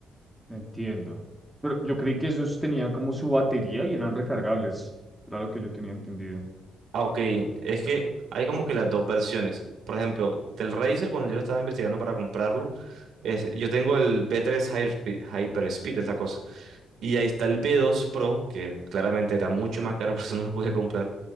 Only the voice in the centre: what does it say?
Entiendo. Pero yo creí que ellos tenían como su batería y eran recargables. Era lo que yo tenía entendido.